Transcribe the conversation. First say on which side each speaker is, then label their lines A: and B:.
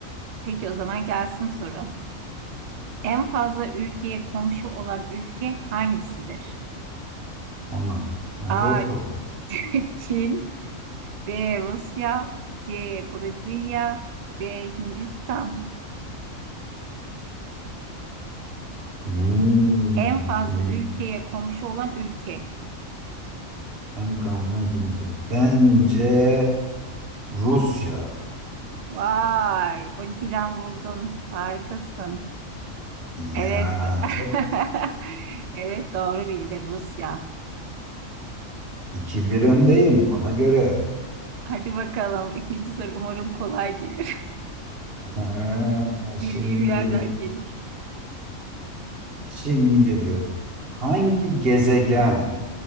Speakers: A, on the right; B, on the right.
A: Peki o zaman gelsin soru. En fazla ülkeye komşu olan ülke hangisidir?
B: ona. Ne
A: A.
B: zor soru.
A: <laughs> Çin B. Rusya C. Brezilya D. Hindistan
B: Hmm,
A: En
B: düşünüyorum.
A: fazla ülkeye komşu olan ülke.
B: Ben kalmak üzere. Bence Rusya.
A: Vay, 12'den vurdun. Harikasın.
B: Ya
A: Evet. <laughs>
B: tabii.
A: Evet doğru bildin Rusya.
B: iki bir öndeyim ona göre.
A: Hadi bakalım ikinci soru umarım kolay gelir.
B: Ha,
A: <laughs> Bildiğim
B: şimdi
A: yerden
B: geliyor.
A: gelir.
B: Şimdi geliyor. Hangi gezegen